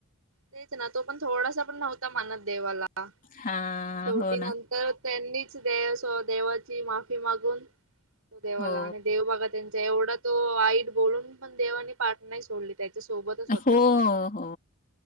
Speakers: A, on the right; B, on the left.
A: तेच ना तो पण. थोडासा पण नव्हता मानत देवाला.
B: हां,
A: शेवटी
B: हो ना.
A: नंतर. त्यांनीच ते देवाची माफी मागून. तो देवाला
B: हो.
A: आणि देव बघा. त्यांच्या एवढा तो वाईट बोलून पण देवानी पाठ नाही सोडली. त्याच्या सोबतच होता
B: हो. हो.